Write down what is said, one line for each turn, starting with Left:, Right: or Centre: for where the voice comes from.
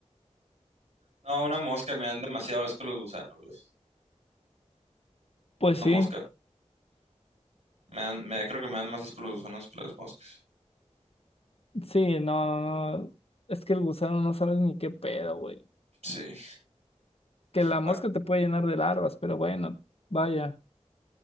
Right: No, una mosca, me dan demasiado asco los gusanos, güey.
Left: Pues
Right: Una
Left: sí,
Right: mosca. Me dan, me, creo que me dan más asco los gusanos que las moscas.
Left: sí, no, no. no. Es que el gusano no sabes ni qué pedo, güey.
Right: Sí.
Left: Que la
Right: Bueno.
Left: mosca te puede llenar de larvas, pero bueno, vaya.